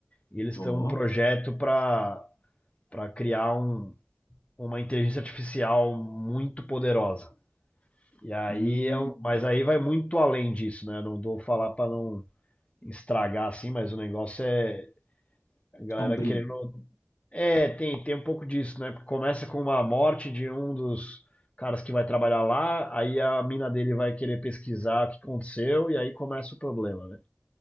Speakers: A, on the left; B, on the left.
A: e eles
B: Ó.
A: têm um projeto para para criar um, uma inteligência artificial muito poderosa. E aí
B: Hum,
A: é um, mas aí vai muito além disso, né? Não vou falar para não estragar assim, mas o negócio é a galera
B: sombrio.
A: querendo. É, tem, tem um pouco disso, né? Porque Começa com uma morte de um dos caras que vai trabalhar lá, aí a mina dele vai querer pesquisar o que aconteceu e aí começa o problema, né?